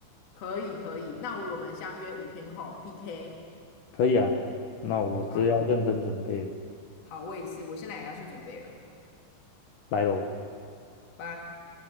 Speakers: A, on the left; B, on the left.
A: 可以，可以。那我们相约五天后 PK。
B: 可以啊。那我这要认真准备了，
A: 好，好，我也是，我现在也要去准备了，
B: 来喽。
A: 拜。